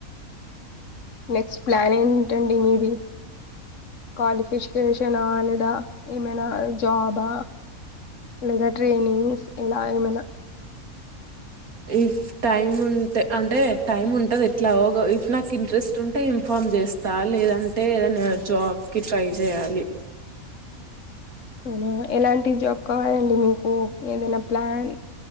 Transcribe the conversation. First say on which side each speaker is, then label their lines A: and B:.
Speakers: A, on the left (about 60°); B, on the right (about 75°).
A: నెక్స్ట్ ప్లాన్ ఏంటండి మీది క్వాలిఫికేషనా లేదా ఏమైనా జాబా లేదా ట్రైనింగ్స్ ఇలా ఏమైనా
B: ఇఫ్ టైమ్ ఉంటే అంటే టైమ్ ఉంటంది ఎట్లా ఇఫ్ నాకు ఇంట్రెస్ట్ ఉంటే ఇన్ఫామ్ చేస్తా లేదంటే ఏదనా జాబ్ కి ట్రై చేయాలి
A: అవునా ఎలాంటి జాబ్ కావాలండి మీకు ఏదైనా ప్లాన్